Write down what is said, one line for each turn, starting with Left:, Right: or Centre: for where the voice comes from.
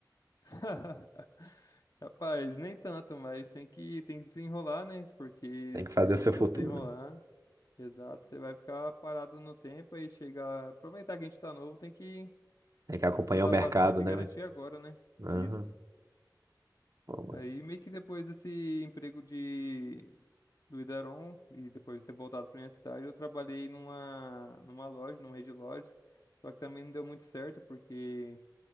Left: <laughs> Rapaz, nem tanto, mas tem que, tem que desenrolar, né? Porque
Right: Tem que
Left: se
Right: fazer
Left: você
Right: seu futuro,
Left: não desenrolar...
Right: né?
Left: Exato, você vai ficar parado no tempo aí chegar. Aproveitar que a gente tá novo, tem que,
Right: Tem que
Left: tem
Right: acompanhar
Left: que estudar
Right: o mercado,
Left: bastante
Right: né?
Left: e garantir
Right: mano?
Left: agora, né?
Right: Aham.
Left: Isso.
Right: Bom, mano.
Left: Aí meio que depois desse emprego de do Idaron e depois de ter voltado para minha cidade, eu trabalhei numa numa loja, numa rede de lojas, só que também não deu muito certo porque